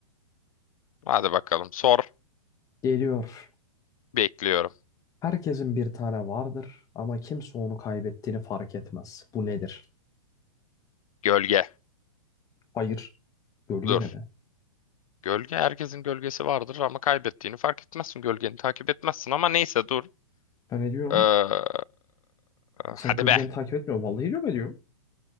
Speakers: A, on the left; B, on the left.
A: Hadi bakalım sor.
B: geliyor.
A: Bekliyorum.
B: Herkesin bir tane vardır ama kimse onu kaybettiğini fark etmez. Bu nedir?
A: Gölge.
B: Hayır. Gölge
A: Dur.
B: ne be?
A: Gölge herkesin gölgesi vardır ama kaybettiğini fark etmezsin. Gölgeni takip etmezsin ama neyse dur.
B: Ben ediyorum.
A: Ee,
B: Sen
A: hadi
B: gölgen
A: be.
B: takip etmiyor. Vallahi ediyorum ediyorum.